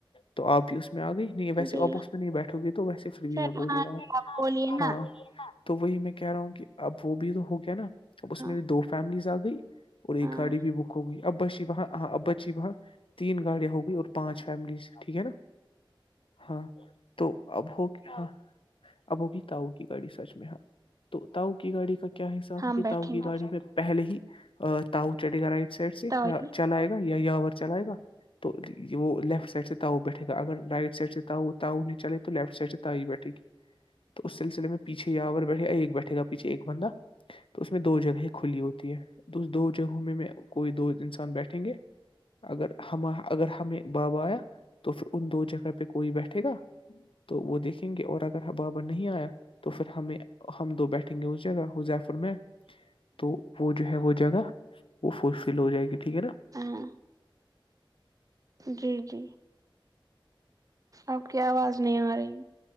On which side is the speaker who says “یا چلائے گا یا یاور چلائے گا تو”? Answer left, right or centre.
Left